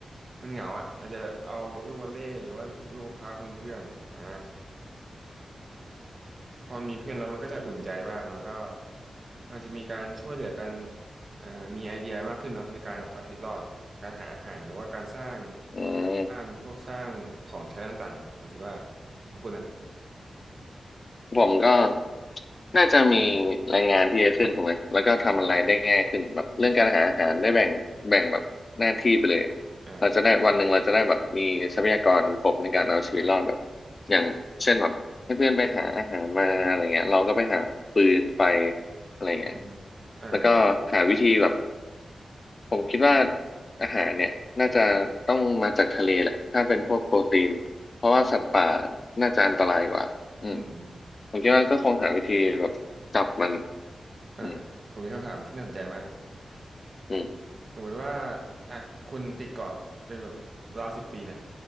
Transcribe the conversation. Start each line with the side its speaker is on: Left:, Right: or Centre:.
Right: มันเหงาอ่ะอาจจะเอาลูกวอลเลย์หรือว่าลูกมะพร้าวทำเป็นเพื่อนอ่า พอมีเพื่อนแล้วมันก็จะอุ่นใจบ้างแล้วก็อาจจะมีการช่วยเหลือกันเอ่อมีไอเดียมากขึ้นเนาะในการเอาชีวิตรอดการหาอาหารหรือว่าการสร้าง
Left: อืม
Right: บ้านพวกสร้างของใช้ต่างๆผมคิดว่าของคุณอ่ะ
Left: ผมก็ น่าจะมีรายงานที่เยอะขึ้นถูกไหมแล้วก็ทำอะไรได้ง่ายขึ้นแบบเรื่องการหาอาหารได้แบ่งแบ่งแบบหน้าที่ไปเลยอะเราจะได้วันหนึ่งเราจะได้แบบมีทรัพยากรครบในการเอาชีวิตรอดแบบ
Right: อ่าครับใช่
Left: อย่างเช่นแบบให้เพื่อนไปหาอาหารมาอะไรเงี้ยเราก็ไปหาฟืนไฟอะไรเงี้ย
Right: อืมอ่าอ่า
Left: แล้วก็หาวิธีแบบ ผมคิดว่าอาหารเนี่ยน่าจะต้องมาจากทะเลแหละถ้าเป็นพวกโปรตีนเพราะว่าสัตว์ป่า
Right: ครับ
Left: น่าจะอันตรายกว่าอืม
Right: อืมอืม
Left: ผมคิดว่าก็คงหาวิธีแบบจับมัน
Right: อ่าผมมีคำถามที่น่าสนใจมาก
Left: อืมอืม
Right: สมมุติว่าอ่ะคุณติดเกาะเป็นเวลาสิบปีเนี่ย